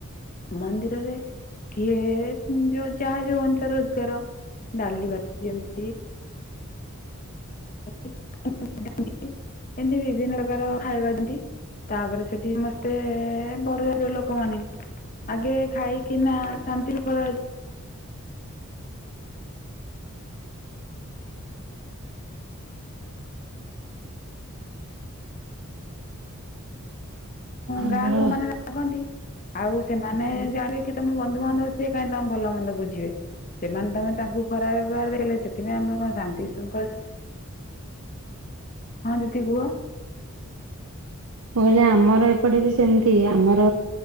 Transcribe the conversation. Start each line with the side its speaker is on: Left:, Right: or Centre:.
Left: ମନ୍ଦିରରେ କିଏ ଯୋଉ ଯାହା ଯୋଉ ଅଷାରେ ରୋଜଗାର ଡାଲି ବା ଦିଅନ୍ତି। ଏମିତି ବିଭିନ୍ନ ପ୍ରକାର ଖାଇବାରନ୍ତି। ତାପରେ ସେଠି ସମସ୍ତେ ବରଦ ଲୋକମାନେ ଆଗେ ଖାଇକିନା ଶାନ୍ତିରୁ ଖଳ
Right: ଆମର
Left: ଗାଁ ଲୋକ ମାନେ ରାଗନ୍ତି। ଆଉ ସେମାନେ ଜାଣିବେ କି ତମ ବନ୍ଧୁବାନ୍ଧବ ସିଏ କାହିଁ ତମ ଭଲ ମନ୍ଦ ବୁଝିବେ ସେମାନେ ତମେ ତାଙ୍କୁ ଖରାପ ଦେଖଲେ ସେଥିପାଇଁ ଆମର କଣ ଶାନ୍ତି ଶୃଙ୍ଖଳ ସେଠି ହଁ ଦିଦି କୁହ?
Right: କହ ଆମର ଏପଟେ ବି ସେମିତି ଆମର